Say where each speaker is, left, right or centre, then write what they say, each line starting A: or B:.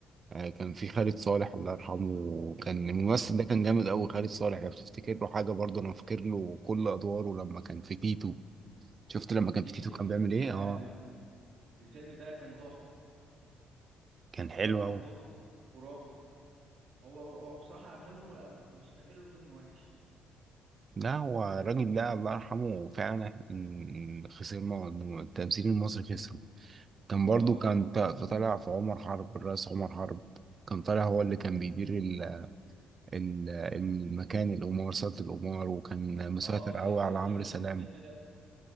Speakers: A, on the right; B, on the right.
A: آه، كان في خالد صالح الله يرحمه كان الممثل
B: الله يرحمه
A: ده كان جامد قوي خالد صالح لو تفتكر له حاجه برضه انا فاكر له كل ادواره لما كان في تيتو شفت لما كان
B: تيتو
A: في تيتو كان بيعمل ايه
B: يا
A: اه
B: لهوي الفيلم ده كان تحفة
A: كان
B: كان
A: حلو
B: طالع
A: قوي
B: دور خرافي هو هو بصراحة أفلامه كل أنا مش فاكر له فيلم وحش
A: لا هو الراجل ده الله يرحمه فعلا إحنا خسرنا الم- التمثيل المصري خسره كان برضه
B: اه
A: كان
B: والله
A: ط- طالع في عمر حرب الرئيس عمر حرب كان طالع هو اللي كان بيدير ال- ال- المكان القمار سلطة القمار وكان مسيطر
B: اه
A: قوي
B: ايوه
A: على
B: انا فاكر
A: عمرو سلامة
B: الفيلم ده